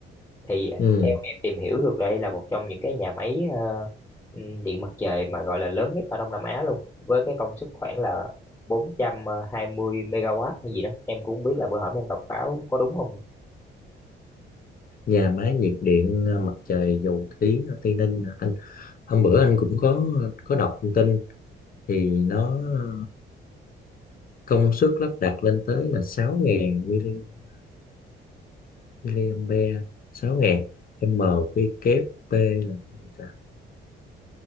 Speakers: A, on the left; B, on the left.
A: thì ờ,
B: ừ.
A: theo em tìm hiểu được đây là một trong những cái nhà máy ờ, ừ, điện mặt trời mà gọi là lớn nhất ở Đông Nam Á luôn với cái công suất khoảng là 420 megawatt hay gì đó em cũng không biết là bữa hổm em đọc báo có đúng không
B: nhà máy nhiệt điện ờ, mặt trời dầu tiếng ở Tây Ninh ờ, anh hôm bữa anh cũng có có đọc thông tin thì nó ờ, công suất lắp đặt lên tới là sáu nghìn mw helium B 6000 m quy kép p là cái gì ta